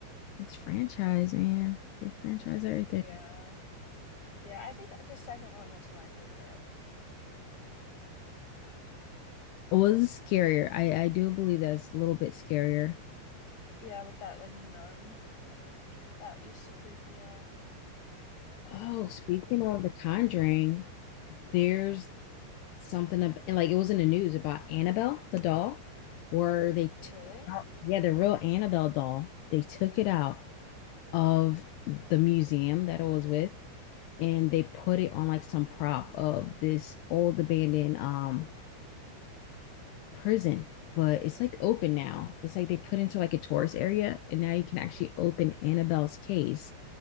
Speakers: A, on the left; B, on the left.
A: It's franchise, man. They franchise everything.
B: Yeah. Yeah, I think the second one was my favorite.
A: What was scarier? I I do believe that's a little bit scarier.
B: Yeah, with that like nun. I don't know. That used to freak me out.
A: Oh, speaking of The Conjuring, there's something ab- and like it was in the news about Annabelle the doll where they took
B: Really?
A: it out. Yeah, the real Annabelle doll. They took it out of the museum that it was with and they put it on like some prop of this old abandoned um prison but it's like open now it's like they put into like a tourist area and now you can actually open annabelle's case